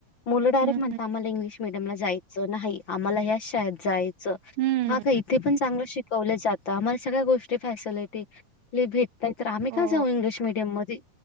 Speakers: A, on the left (about 45°); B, on the right (about 80°).
A: मुलं डायरेक्ट
B: हम्म
A: म्हणता, आम्हाला इंग्लिश मिडियम ला जायचं नाही. आम्हाला ह्या शाळेत जायचं च.
B: हम्म
A: हा का इथे पण चांगल शिकवलं जातं, आम्हाला सगळ्या गोष्टी फॅसिलिटी भे तात नाहीतर आम्ही का
B: हो
A: जाऊ इंग्लिश मीडियम मध्ये?